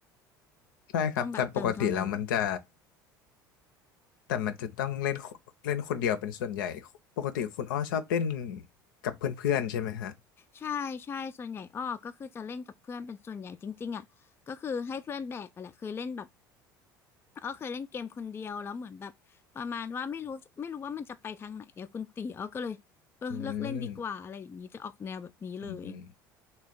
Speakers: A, on the left (about 70°); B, on the left (about 20°).
A: ใช่ครับแต่ปกติแล้วมันจะ
B: ต้องแบบเติมเท่านั้น
A: แต่มันจะต้องเล่นคเล่นคนเดียวเป็นส่วนใหญ่ปกติคุณอ้อชอบเล่นกับเพื่อนๆใช่ไหมฮะ
B: ใช่ใช่ส่วนใหญ่อ้อก็คือจะเล่นกับเพื่อนเป็นส่วนใหญ่จริงๆอ่ะก็คือให้เพื่อนแบกอะแหละเคยเล่นแบบอ้อเคยเล่นเกมคนเดียวแล้วเหมือนแบบประมาณว่าไม่รู้ไม่รู้ว่ามันจะไปทางไหนอะคุณตีอ้อก็เลยเออเลิกเล่นดีกว่าอะไรอย่างนี้จะออกแนวแบบนี้เลย
A: อืมอืม